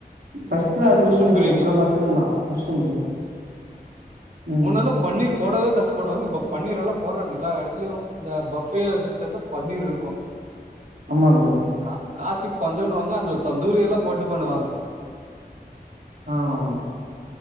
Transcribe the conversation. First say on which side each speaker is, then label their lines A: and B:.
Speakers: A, on the right; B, on the right.
A: ஃபர்ஸ்ட் அதிங்கந்தா
B: மஷ்ரூம் பிரியாணி
A: இப்ப ஃபுல்லா மஷ்ரூம் தா மஷ்ரூம் பிரியாணி ம்
B: முன்னல்ல பன்னீர் போடவே கஷ்டப்படுவாங்க இப்ப பன்னீர்ல்லாம் போடுறாங்க எல்லா இடத்துலயு இந்த பஃபே சிஸ்டத்த பன்னீர் இருக்கும்
A: ஆமா ப்ரோ
B: கா காசிக்கு பஞ்சம்ன்னுவாங்க அதுல தந்தூரி எல்லா போட்டு பண்ணுவாங்க
A: அ